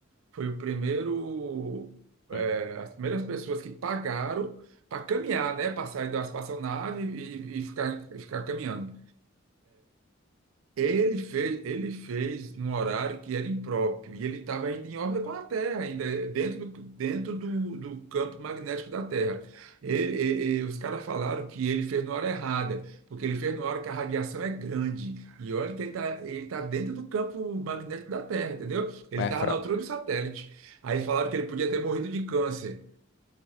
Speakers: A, on the right; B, on the left.
A: foi o primeiro,
B: Hum.
A: é, as primeiras pessoas que pagaram para caminhar, né, para sair da espaçonave e, e ficar, e ficar caminhando. Ele fez, ele fez num horário que era impróprio e ele estava ainda em órbita com a Terra, ainda eh, dentro do, dentro do, do campo magnético da Terra. Ele- eh, eh, os caras falaram que ele fez na hora errada, porque ele fez na hora que a radiação é grande. E olha que ele está ele tá dentro do campo magnético da Terra, entendeu? Ele
B: Mas
A: estava
B: é fraco.
A: na altura do satélite. Aí falaram que ele podia ter morrido de câncer.